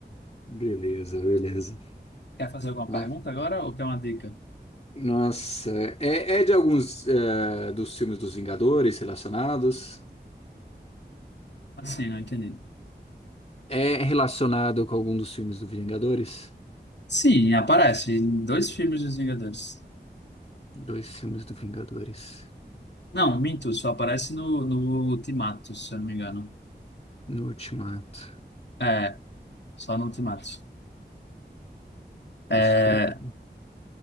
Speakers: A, on the left; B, on the left.
A: Beleza, beleza.
B: Quer fazer alguma
A: Lá.
B: pergunta agora ou quer uma dica?
A: Nossa, é, é de alguns é, dos filmes dos Vingadores relacionados.
B: Assim, não entendi.
A: É relacionado com algum dos filmes do Vingadores?
B: Sim, aparece em dois filmes dos Vingadores.
A: Dois filmes do Vingadores.
B: Não, minto, só aparece no, no Ultimato, se eu não me engano.
A: No Ultimato.
B: É, só no Ultimato. É,
A: Isso creio que.